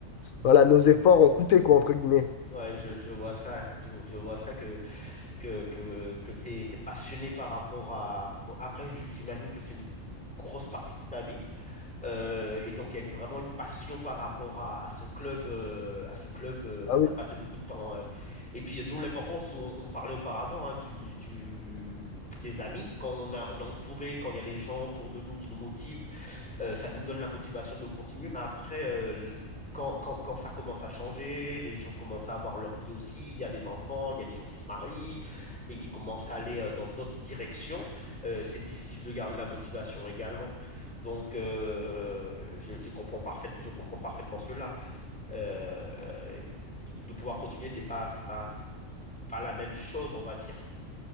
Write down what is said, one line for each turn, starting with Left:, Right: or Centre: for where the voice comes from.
Left: voilà, nos efforts ont coûté, quoi, entre guillemets.
Centre: Ouais, je, je vois ça, je, je vois ça que, que, que, que tu es, passionné par rapport à... Bon, après, j- j'imagine que c'est une grosse partie de ta vie, Euh, et donc, il y a une- vraiment une passion par rapport à, à ce club, euh, à ce club euh, où
Left: Ah oui,
Centre: tu as passé beaucoup de temps. euh. Et puis, euh, d'où l'importance, où on, on parlait auparavant hein, du, du- des amis, quand on a, on a entouré, quand il y a les gens autour de nous qui nous motivent, euh, ça nous donne la motivation de continuer, mais après, euh, quand, quand, quand ça commence à changer, les gens commencent à avoir leur vie aussi, il y a des enfants, il y a des gens qui se marient et qui commencent à aller euh, dans d'autres directions, euh, c'est difficile de garder la motivation également. Donc, euh, je, je comprends parfaitement, je comprends parfaitement cela. Euh, de, de pouvoir continuer, c'est pas, c'est pas, c'est pas la même chose, on va dire.